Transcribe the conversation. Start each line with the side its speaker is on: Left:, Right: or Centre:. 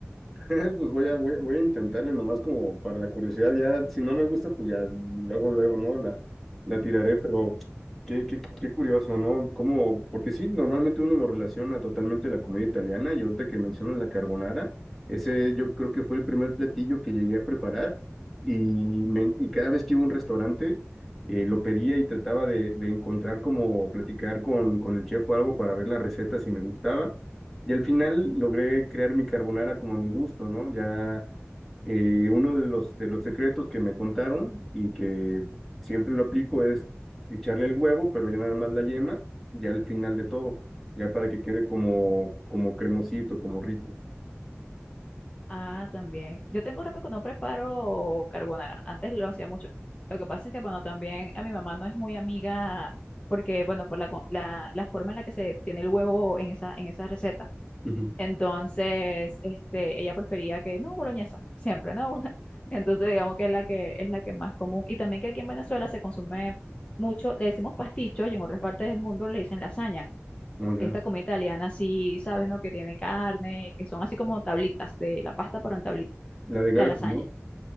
Centre: <laughs> Pues voy a, voy, a voy a intentarle nomás como para la curiosidad, ya si no me gusta, pues ya luego, luego, ¿no? La, la tiraré, pero qué, qué, qué curioso, ¿no? Como, porque sí, normalmente uno lo relaciona totalmente a la comida italiana y ahorita que mencionas la carbonara, ese yo creo que fue el primer platillo que llegué a preparar y, me, y cada vez que iba a un restaurante eh, lo pedía y trataba de, de encontrar como platicar con, con el chef o algo para ver la receta si me gustaba. Y al final logré crear mi carbonara como a mi gusto, ¿no? Ya eh, uno de los, de los secretos que me contaron y que siempre lo aplico es echarle el huevo, pero ya nada más la yema, ya al final de todo, ya para que quede como, como cremosito, como rico.
Left: Ah, también. Yo tengo rato que no preparo carbonara. Antes lo hacía mucho. Lo que pasa es que, bueno, también a mi mamá no es muy amiga porque, bueno, por la, co- la, la forma en la que se tiene el huevo en esa, en esa receta.
Centre: Ujú.
Left: Entonces, este, ella prefería que, no, boloñesa, siempre, ¿no? <laughs> Entonces, digamos que es la que, es la que más común. Y también que aquí en Venezuela se consume mucho, le decimos pasticho y en otras partes del mundo le dicen lasaña.
Centre: Como ya,
Left: que esta comida italiana sí, sabes, ¿no? Que tiene carne, que son así como tablitas de la pasta, pero en tablitas.
Centre: la de Garfield,
Left: La lasaña,
Centre: ¿no?